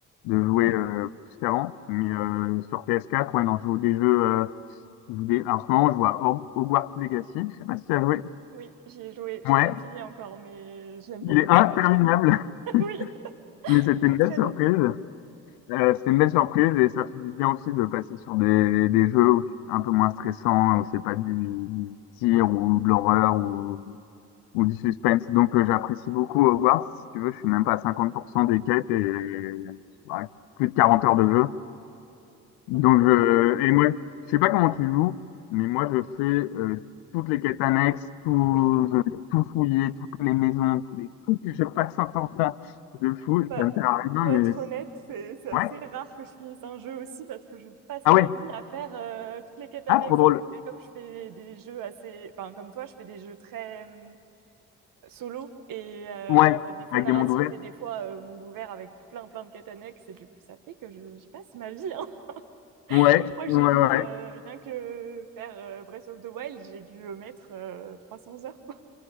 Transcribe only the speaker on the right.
Oui, j'y ai joué. Je
l'ai pas fini encore, mais je l'aime
beaucoup.
<laughs> Oui,
il
est très
long.
Non mais il est
trop bien.
Oui.
Bah,
pour
être
honnête, c'est c'est assez
rare que je finisse un jeu aussi parce que je passe
ma
vie à faire euh, toutes les quêtes annexes
et tout. Et comme je fais des jeux assez... Enfin, comme toi, je fais des jeux très hum, solo et euh,
des fois
narratifs
et des fois euh, monde ouvert avec plein plein de quêtes annexes. Et du coup, ça fait que je, je passe ma vie. hein.
<laughs> Je crois que
j'ai mis,
euh, rien que faire euh, Breath of the Wild, j'ai dû mettre euh, 300 heures, quoi.